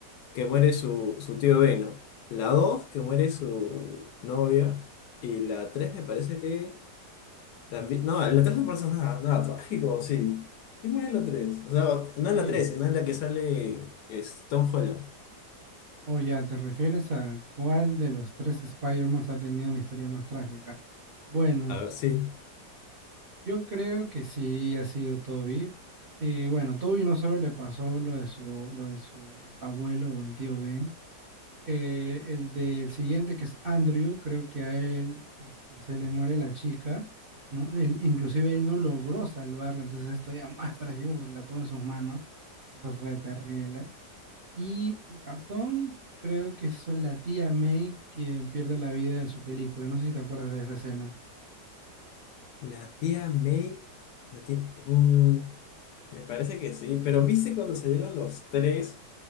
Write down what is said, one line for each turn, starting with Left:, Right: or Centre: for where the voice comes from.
Left: que muere su, su tío Ben, ¿no? La 2 que muere su novia. Y la 3 me parece que también... No, en la 3 no pasa nada, nada trágico, sí. ¿Quién murió en la 3? O sea, no en
Right: Sí.
Left: la 3 sino en la que sale es Tom Holland.
Right: Oh, ya, ¿te refieres a cuál de los tres Spider-Man ha tenido una historia más trágica? Bueno,
Left: A ver, sí.
Right: yo creo que sí ha sido Toby. Y bueno, Toby no solo le pasó lo de su, lo de su abuelo o el tío Ben, Eh, el del siguiente, que es Andrew, creo que a él este, se le muere la chica, ¿no? Él- inclusive él no logró salvarla, entonces esto ya más trágico porque la tuvo en sus manos. Eso fue terrible. Y a Tom, creo que es la tía May quien pierde la vida en su película. No sé si te acuerdas de esa escena.
Left: La tía May... La tía- mm, me parece que sí, pero ¿viste cuando salieron los tres?